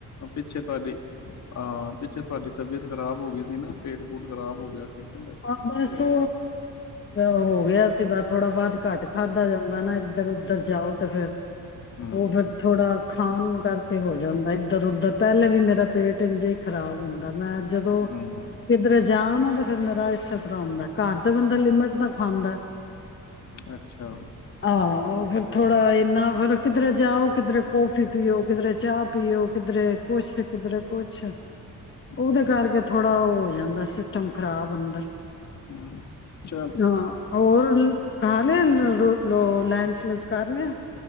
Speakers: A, on the left; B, on the left.
A: ਪਿੱਛੇ ਤੁਹਾਡੀ ਆਹ ਪਿੱਛੇ ਤੁਹਾਡੀ ਤਬੀਅਤ ਖ਼ਰਾਬ ਹੋ ਗਈ ਸੀ ਨਾ ਪੇਟ ਪੂਟ ਖਰਾਬ ਹੋ ਗਿਆ ਸੀ ਕਹਿੰਦਾ।
B: ਆ ਬਸੋ
A: ਕਹਿ ਰਹੇ ਸੀ
B: ਹੋ ਗਿਆ ਸੀ ਬ ਥੋੜਾ ਬਾਹੁਦ ਘੱਟ ਖਾਧਾ ਜਾਂਦਾ ਨਾ ਇੱਧਰ ਉੱਧਰ ਜਾਓ ਤੇ ਫਿਰੇ
A: ਹੂੰ
B: ਉਹ ਫਿਰ ਥੋੜਾ ਖਾਣ ਕਰਕੇ ਹੋ ਗ ਜਾਂਦਾ ਇੱਧਰ ਉੱਧਰ ਪਹਿਲੇ ਵੀ ਮੇਰਾ ਪੇਟ ਇੰਜ ਹੀ ਖ਼ਰਾਬ ਹੁੰਦਾ ਸੀ ਮੈਂ ਜਦੋਂ
A: ਹੂੰ
B: ਕਿੱਧਰ ਜਾ ਨਾ ਤੇ ਫਿਰ ਮੈਂ ੁੰਦਾ ਘਰ ਦਾ ਬੰਦਾ ਲਿਮਿਟ ਤਾਂ ਖਾਂਦਾ
A: ਅੱਛਾ
B: ਆਹ ਫੇਿਰ ਥੋੜਾ ਇਨਾ ਫਿਰ ਕਿਧਰੇ ਜਾਓ ਕਿਧਰੇ ਕੌਫੀ ਪੀਓ ਕਿਧਰੇ ਚਾਹ ਪੀਓ ਕਿਧਰੇ ਕੁਛ ਕਿਧਰੇ ਕੁਛ ਉਹਦੇ
A: ਹੂੰ
B: ਕਰਕੇ ਥੋੜਾ ਉਹ ਹੋ ਜਾਂਦਾ ਦਾ ਸਿਸਟਮ ਖਰਾਬ ਬੰਦਰ
A: ਹੂੰ, ਚਲੋ
B: ਹਾਂ ਹੋਰ ਰ ਲੋ ਲੰਚ ਲੁਚ ਕਰ ਲਿਆ